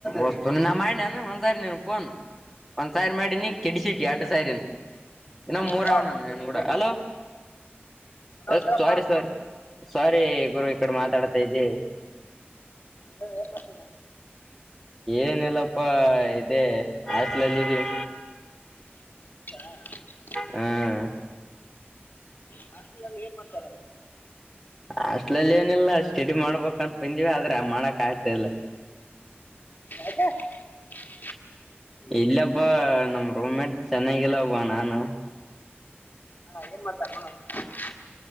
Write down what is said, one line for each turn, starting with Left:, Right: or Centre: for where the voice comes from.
Centre: ವಸ್ತು ನಿ <unintelligible> ನ ಮಾಡ ನ ಅಂಜಾರ ಪೋನ್ ಒಂದ್ ಸಾರಿ ಮಾಡಿನಿ ಕೆಡಿಸಿಟ್ಟಿ <unintelligible> ಎಡು ಸರಿನ ಇನ್ನೋ ಮೂರ
Left: ಹಲೋ
Centre: ಅವಾವ <unintelligible> ನಾನ ನನ್ ಕೂಡ ಹಲೋ
Left: ಹಲೋ
Centre: ಅ
Left: ಹೇಳಪ್ಪ
Centre: ಸಾರೀ ಸಾರೀ ಸಾರೀ ಗುರು ಈ ಕಡೆ ಮಾತಾಡ್ತಾ ಇದ್ದಿ
Left: ಹೇಳು ಏನ್ ಮಾಡ್ತೀರ
Centre: ಏನಲ್ಲಪ್ಪಾ ಇದೆ ಆಸ್ಲಲ್ಲೀ <unintelligible>
Left: <unintelligible>
Centre: ಹ್ಮ್ <unintelligible>
Left: ಹಾಸ್ಟೆಲಲ್ಲಿ ಏನ್ ಮಾಡ್ತಾರ ಅದು
Centre: ಹಾಸ್ಟೆಲಲ್ಲಿ ಏನಿಲ್ಲ ಸ್ಟಡಿ ಮಾಡ್ಬೇಕ <unintelligible> ಕೊಂಡು ಬಂದವಿ ಆದ್ರೆ ಮಾಡಕ್ ಆಯತಾ ಇಲ್ಲ
Left: ಆಯ್ತಾ <unintelligible>
Centre: ಇಲ್ಲಪ್ಪಾ ನಮ್ಮ್ ರೂಮಮೇಟ್ ಚೆನ್ನೈಗೆಲ್ಲಬ <unintelligible> ನಾನು
Left: ಹಾ ಏನ್ ಮಾಡ್ತಾನ <unintelligible>